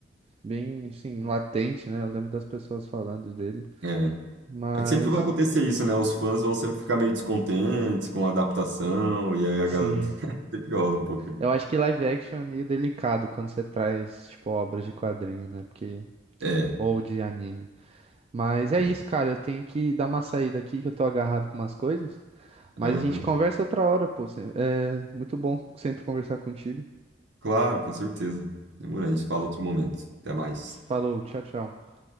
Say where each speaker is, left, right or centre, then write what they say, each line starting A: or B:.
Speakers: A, on the right; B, on the right.
A: bem assim, latente, né? Eu lembro das pessoas falando dele.
B: É.
A: Mas
B: É que sempre vai acontecer isso, né? Os fãs vão sempre ficar meio descontentes com a adaptação, e aí a
A: sim,
B: galera <laughs> sempre rola um pouco disso.
A: eu acho que live action é meio delicado quando você traz, tipo, obras de quadrinho, né? Porque
B: É,
A: ou de anime. Mas é
B: é.
A: isso, cara, eu tenho que dar uma saída aqui que eu tô agarrado com umas coisas. Mas
B: Aham.
A: a gente conversa outra hora, pô. Sem- É muito bom sempre conversar contigo.
B: Claro, com certeza. Demorou, a gente fala outro momento. Até mais.
A: Falou, tchau, tchau.